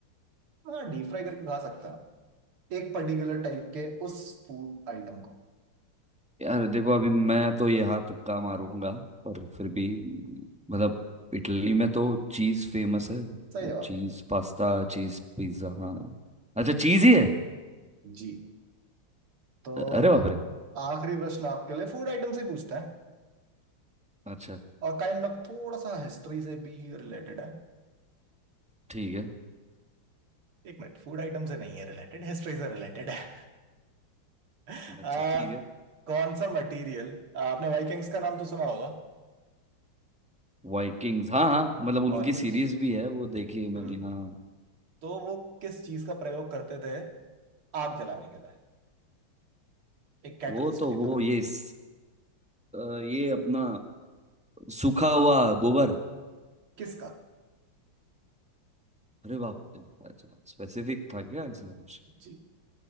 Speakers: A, on the right; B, in the centre.
A: हाँ डीप फ्राई करके खा सकते हैं एक पर्टिकुलर टाइप के उस फूड आइटम को
B: यार देखो अभी मैं तो यहाँ तुक्का मारूंगा पर फिर भी मतलब इटली में तो चीज फेमस है तो
A: सही जवाब
B: चीज पास्ता चीज पिज्जा हाँ अच्छा चीज ही है
A: जी तो
B: अरे बाप रे
A: आखिरी प्रश्न आपके लिए फूड आइटम से ही पूछता है
B: अच्छा
A: और काइंड ऑफ थोड़ा सा हिस्ट्री से भी रिलेटेड है
B: ठीक है
A: एक मिनट फूड आइटम से नहीं है रिलेटेड हिस्ट्री से रिलेटेड है <laughs>
B: हम्म। अच्छा
A: आ,
B: ठीक है
A: कौन सा मटेरियल आपने वाइकिंग्स का नाम तो सुना होगा
B: वाइकिंग्स हाँ हाँ मतलब
A: वॉरियर्स
B: उनकी सीरीज भी है वो देखी है
A: हम्म
B: मैंने हाँ
A: तो वो किस चीज का प्रयोग करते थे आग जलाने के लिए एक कैटलिस्ट
B: वो तो
A: की
B: वो
A: तरह
B: ये स- अ, ये अपना सूखा हुआ गोबर
A: किसका
B: अरे बाप रे, अच्छा स्पेसिफिक था क्या ऐसा कुछ
A: जी